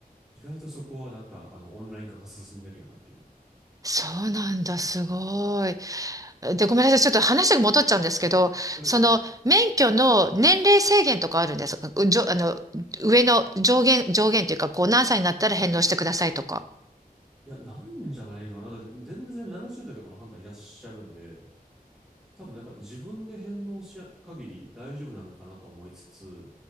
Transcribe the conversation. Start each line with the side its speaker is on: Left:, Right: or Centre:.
Centre: 意外とそこはなんか、あの、オンライン化が進んでるやなっていう。
Right: そうなんだ、すごい。で、ごめんなさい、ちょっと話が戻っちゃうんですけど、
Centre: はい。
Right: その免許の年齢制限とかあるんですかうじょ、あの、上の上限、上限というか、こう何歳になったら返納してくださいとか。
Centre: ああ。いや、ないんじゃないかな。だって、全然70代とかのハンターいらっしゃるんで、多分なんか自分で返納しや限り大丈夫なんかなと思いつつ、